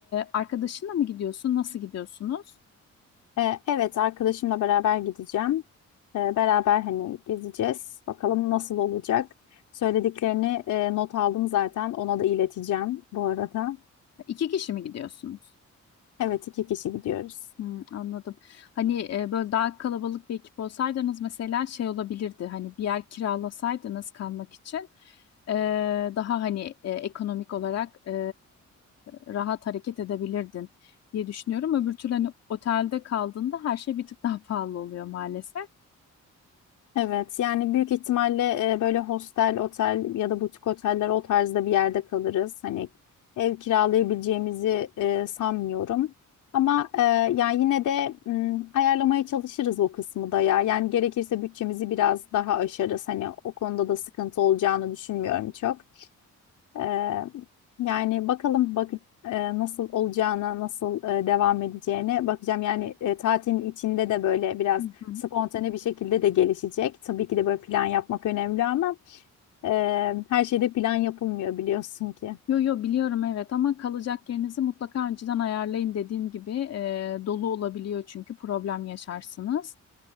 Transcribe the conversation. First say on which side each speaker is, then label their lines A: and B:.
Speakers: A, on the left (about 55°); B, on the left (about 85°).
A: arkadaşınla mı gidiyorsun? Nasıl gidiyorsunuz?
B: Ee, evet arkadaşımla beraber gideceğim. Ee, beraber hani gezeceğiz. Bakalım nasıl olacak. Söylediklerini e, not aldım zaten. Ona da ileteceğim bu arada.
A: İki kişi mi gidiyorsunuz?
B: Evet iki kişi gidiyoruz.
A: Hmm, anladım. Hani e, böyle daha kalabalık bir ekip olsaydınız mesela şey olabilirdi. Hani bir yer kiralasaydınız kalmak için e, daha hani e, ekonomik olarak e, rahat hareket edebilirdin diye düşünüyorum. Öbür türlü hani otelde kaldığında her şey bir tık daha <laughs> pahalı oluyor maalesef.
B: Evet, yani büyük ihtimalle e, böyle hostel, otel ya da butik oteller o tarzda bir yerde kalırız. Hani ev kiralayabileceğimizi e, sanmıyorum. Ama e, yani yine de m, ayarlamaya çalışırız o kısmı da ya. Yani gerekirse bütçemizi biraz daha aşarız. Hani o konuda da sıkıntı olacağını düşünmüyorum çok. Ee, yani bakalım bak e, nasıl olacağına, nasıl e, devam edeceğine bakacağım. Yani e, tatilin içinde de böyle biraz
A: Hı hı.
B: spontane bir şekilde de gelişecek. Tabii ki de böyle plan yapmak önemli ama e, her şeyde plan yapılmıyor biliyorsun ki.
A: Yo yo biliyorum evet ama kalacak yerinizi mutlaka önceden ayarlayın dediğim gibi e, dolu olabiliyor çünkü problem yaşarsınız.